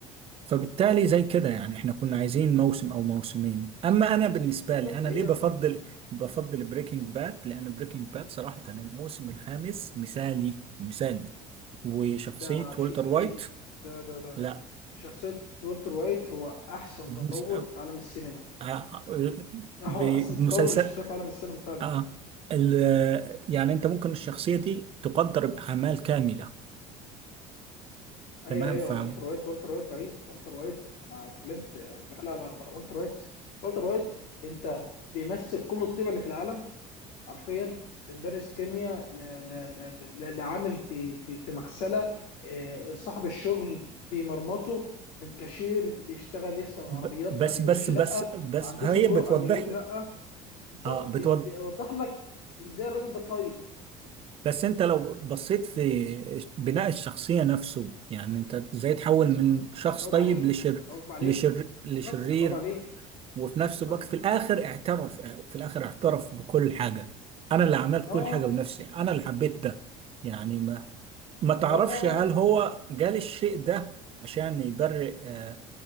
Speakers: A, on the right (about 40°); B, on the left (about 75°).
A: فبالتالي زي كده يعني احنا كنا عايزين موسم او موسمين اما انا بالنسبة
B: بالظبط
A: لي انا
B: هي
A: ليه بفضل
B: فعلا
A: بفضل بريكنج باد لان بريكنج باد صراحة الموسم الخامس مثالي مثالي وشخصية
B: ده شيء
A: والتر
B: حقيقي
A: وايت
B: ده ده ده
A: لا
B: شخصية والتر وايت هو أحسن
A: بمس-
B: تطور
A: آه،
B: في عالم السينما
A: آه،
B: ده هو
A: بمسلسل
B: أحسن تطور لشخصية في عالم السينما فعلا
A: اه ال يعني انت ممكن الشخصيه دي تقدر باعمال كامله
B: أيوه
A: تمام
B: أيوه
A: فاهم
B: والتر وايت والتر وايت رهيب والتر وايت أنا اتكلمت يعني، لا لا لا ده والتر وايت والتر وايت أنت بيمثل كل الطيبة اللي في العالم حرفيا لمدرس كيمياء ل... ل... ل... ل... لعامل في في في مغسلة آه، صاحب الشغل بيمرمطه من كاشير اللي يشتغل يغسل عربيات
A: ب- بس
B: ما بيقولش
A: بس
B: لأ
A: بس بس
B: ما عندوش
A: هي
B: الجرأة
A: بتوضح
B: إنه يقول
A: لك
B: لأ بالظبط
A: اه
B: بي-
A: بتوضح
B: بيوضح لك ازاي الراجل ده طيب
A: بس انت لو بصيت في بناء الشخصيه نفسه يعني انت ازاي تحول من شخص
B: متعوب
A: طيب
B: عليه
A: لشر
B: متعوب عليه
A: لشر لشرير
B: بالظبط متعوب عليه
A: وفي نفس
B: متعوب
A: الوقت
B: عليه
A: في الاخر اعترف في الاخر اعترف بكل حاجه انا اللي عملت
B: اه
A: كل حاجه بنفسي انا اللي حبيت ده يعني ما تعرفش
B: اه اه
A: هل
B: اه
A: هو جال الشيء ده عشان يبرئ آه،